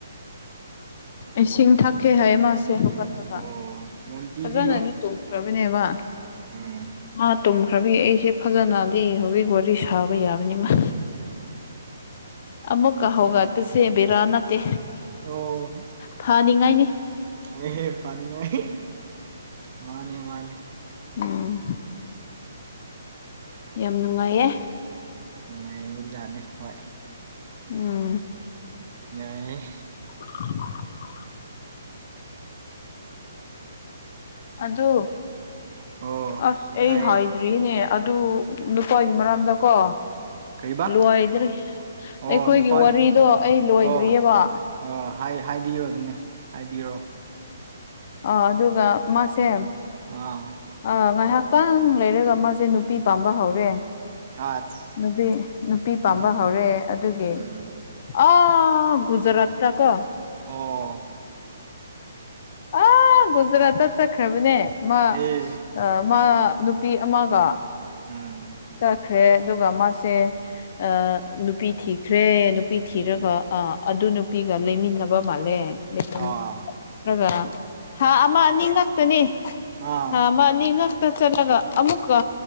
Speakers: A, on the left; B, on the right.
A: ꯏꯁꯤꯡ ꯊꯥꯛꯀꯦ ꯍꯥꯏꯌꯦ ꯃꯥꯥꯁꯦ ꯍꯧꯒꯠꯔꯒ
B: ꯑꯣ ꯌꯥꯝ ꯄꯤꯕꯤꯌꯨ
A: ꯐꯖꯅꯗꯤ ꯇꯨꯝꯈ꯭ꯔꯕꯅꯦꯕ
B: ꯎꯝ
A: ꯃꯥ ꯈ꯭ꯔꯕꯤ ꯑꯩꯁꯦ ꯐꯖꯅꯗꯤ ꯍꯧꯖꯤꯛ ꯋꯥꯔꯤ ꯁꯥꯕ ꯌꯥꯕꯅꯤ ꯃꯥ ꯑꯃꯨꯛꯀ ꯍꯧꯒꯠꯄꯁꯦ ꯕꯤꯔꯥ ꯅꯠꯇꯦ
B: ꯑꯣ
A: ꯐꯅꯤꯡꯉꯥꯏꯅꯤ
B: ꯑꯦ ꯄꯅꯤꯡꯉꯥꯏ ꯃꯥꯅꯦ ꯃꯥꯅꯦ
A: ꯎꯝ ꯌꯥꯝ ꯅꯨꯡꯉꯥꯏꯌꯦ
B: ꯅꯨꯡꯉꯥꯏꯔꯤꯕꯖꯥꯠꯅꯦ ꯍꯣꯏ
A: ꯎꯝ
B: ꯌꯥꯏꯌꯦ
A: <inaudible> ꯑꯗꯨ
B: ꯑꯣ
A: ꯑꯁ ꯑꯩ
B: ꯇꯥꯏꯌꯦ
A: ꯍꯥꯏꯗ꯭ꯔꯤꯅꯦ ꯑꯗꯨ ꯅꯨꯄꯥꯒꯤ ꯃꯔꯥꯝꯗꯀꯣ
B: ꯀꯔꯤꯕꯥ
A: ꯂꯣꯏꯗ꯭ꯔꯤ
B: ꯑꯣ
A: ꯑꯩꯈꯣꯏꯒꯤ
B: ꯅꯨꯄꯥ
A: ꯋꯥꯔꯤꯗꯣ ꯑꯩ ꯂꯣꯏꯗ꯭ꯔꯤꯑꯕ
B: ꯑꯣ ꯑꯣ ꯍꯥꯢ ꯍꯥꯏꯕꯤꯌꯣ ꯗꯅ ꯍꯥꯏꯕꯤꯌꯣ
A: ꯑ ꯑꯗꯨꯒ ꯃꯥꯁꯦ
B: ꯑꯥ
A: ꯑ ꯉꯥꯏꯍꯥꯛꯇꯪ ꯂꯩꯔꯒ ꯃꯥꯁꯦ ꯅꯨꯄꯤ ꯄꯥꯝꯕ ꯍꯧꯔꯦ
B: ꯑꯁ
A: ꯅꯨꯄꯤ ꯅꯨꯄꯤ ꯄꯥꯝꯕ
B: ꯎꯝ
A: ꯍꯧꯔꯦ ꯑꯗꯨꯒꯤ
B: ꯎꯝ
A: ꯑ ꯒꯨꯖꯔꯥꯠ ꯇ ꯀꯣ
B: ꯑꯣ
A: ꯑ ꯒꯨꯖꯔꯥꯠ ꯆꯠꯈ꯭ꯔꯕꯅꯦ ꯃꯥ
B: ꯑꯦ
A: ꯑ ꯃꯥ ꯅꯨꯄꯤ ꯑꯃꯒ
B: ꯎꯝ
A: ꯆꯠ ꯈ꯭ꯔꯦ ꯑꯗꯨꯒ ꯃꯥꯁꯦ ꯑ ꯅꯨꯄꯤ ꯊꯤꯈ꯭ꯔꯦ ꯅꯨꯄꯤ ꯊꯤꯔꯒ
B: ꯑꯦ
A: ꯑ ꯑꯗꯨ ꯅꯨꯄꯤꯒ ꯂꯩꯃꯤꯟꯅꯕ ꯃꯥꯜꯂꯦ ꯅꯠꯇ꯭ꯔꯒ
B: ꯑꯥ
A: ꯊꯥ ꯑꯃ ꯑꯅꯤ ꯉꯥꯛꯇꯅꯦ
B: ꯑꯥ
A: ꯊꯥ ꯑꯃ ꯑꯅꯤ ꯉꯛꯇ ꯆꯠꯂꯒ ꯑꯃꯨꯛꯀ